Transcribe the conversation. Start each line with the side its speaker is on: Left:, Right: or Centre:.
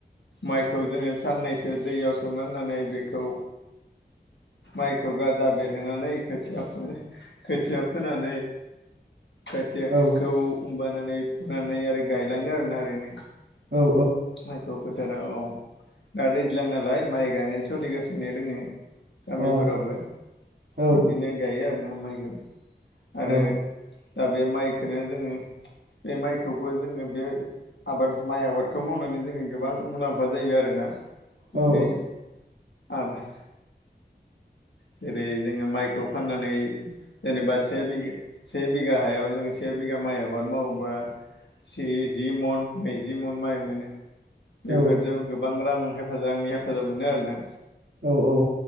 Left: माइखौ जोङो साननैसो दैयाव सोमोनानै बेखौ माइखौ गाजा बेरहोनानै खोथिया फो खोथिया फोनानै। खोथिया
Right: औ
Left: खौ। बानानै फुनानै आरो गायलाङो आरो ना ओरैनो।
Right: औ
Left: माइखौ फोथाराव औ दा दैज्लां नालाय माइ गायनाय सोलिगासिनो दोङो। गामिफोरावबो
Right: औ अ औ
Left: बिदिनो गायो आर ना माइ गा आरो
Right: औ
Left: दा बे माइखौनो जोङो बे माइखौबो जोङो बे आबाद माइ आबाद। खौ मावनानै जोङो गोबां मुलाम्फा जायो आरोना। जेरै
Right: औ
Left: आबाद जेरै जोङो माइखौ फाननानै जेनेबा से बि से बिगा हायाव जोङो से बिगा माइ आबाद मावोबा से जि मन नैजि मन माइ। मोनो। बेेफोरजों
Right: औ
Left: गोबां बां रां हेफाजाब आंनि हेफाजाब मोनो आरोना।
Right: औ औ